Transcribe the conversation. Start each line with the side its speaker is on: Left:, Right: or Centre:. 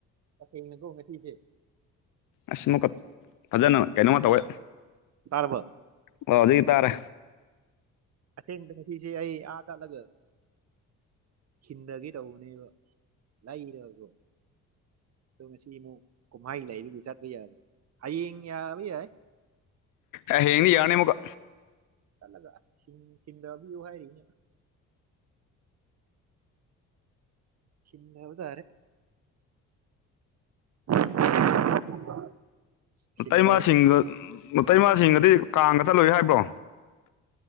Right: ꯀꯈꯦꯡꯅꯗꯣꯡ ꯉ ꯁꯤꯁꯦ
Left: ꯑꯁ ꯑꯃꯨꯛꯀ ꯐꯖꯅ ꯀꯩꯅꯣꯝꯃ ꯇꯧꯋꯦ
Right: ꯇꯥꯔꯕꯣ
Left: ꯑꯣ ꯍꯧꯖꯤꯛꯇꯥꯔꯦ
Right: ꯑꯆꯦꯡꯁꯤ ꯑꯩ ꯑꯥ ꯆꯂꯒ ꯈꯤꯟꯊꯒꯦ ꯇꯧꯕꯅꯦꯕ ꯂꯩꯀꯣ ꯑꯗꯣ ꯉꯁꯤ ꯑꯃꯨꯛ ꯀꯨꯝꯍꯩ ꯂꯩꯕꯒꯤ ꯆꯠꯄ ꯌꯥꯗ꯭ꯔ ꯍꯌꯦꯡ ꯌꯥꯕ ꯌꯥꯏ
Left: ꯑ ꯍꯦꯅꯤ ꯌꯥꯅꯤꯦ ꯃꯨꯀ
Right: ꯆꯠꯂꯒ ꯑꯁ ꯆꯤꯟꯗꯕꯤꯌꯨ ꯍꯥꯏꯔꯤꯅꯦ ꯍꯟꯅꯕꯗꯥꯔꯦ <inaudible> ꯊꯤꯟꯗꯔꯗꯤ
Left: ꯇꯩꯃꯁꯤꯡꯒꯇꯩꯃꯁꯤꯡꯒꯗꯤ ꯀꯥꯡꯒ ꯆꯠꯂꯣꯏꯏ ꯍꯥꯏꯕ꯭ꯔꯣ